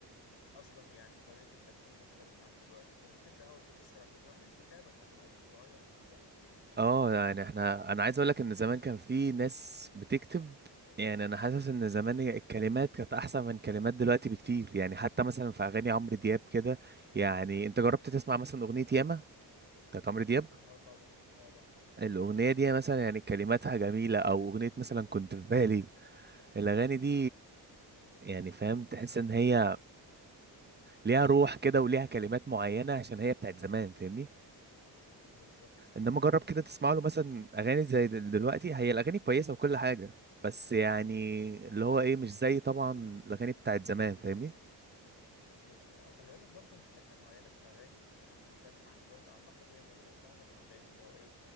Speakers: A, on the left (about 75°); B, on the right (about 25°).
A: اصلا يعني طريقة التلحين مختلفة عن دلوقتي فممكن ده هو يكون السبب وكمان الكتابة خلي بالك بتتغير مع الزمن يعني يعني
B: اه
A: انت
B: يعني
A: لو
B: احنا انا عايز اقول لك ان زمان كان في ناس بتكتب يعني انا حاسس ان زمان هي الكلمات كانت احسن من كلمات دلوقتي بكتير يعني حتى مثلا في اغاني عمرو دياب كده يعني انت جربت تسمع مثلا اغنية ياما بتاعت عمرو دياب
A: اه طبعا طبعا
B: الاغنية دي مثلا يعني كلماتها جميلة او اغنية مثلا كنت في بالي الاغاني دي يعني فاهم تحس ان هي ليها روح كده وليها كلمات معينة عشان هي بتاعت زمان فاهمني
A: بالظبط
B: انما جرب كده تسمع له مثلا اغاني زي دل- دلوقتي هي الاغاني كويسه وكل حاجه بس يعني اللي هو ايه مش زي طبعا الاغاني بتاعت زمان فاهمني
A: بز... آه، خلي بالك برضو من حتة معينة في الأغاني دي يعني مختلفة عن دلوقتي أعتقد هي موجودة في معظم الأغاني اللي هو إيه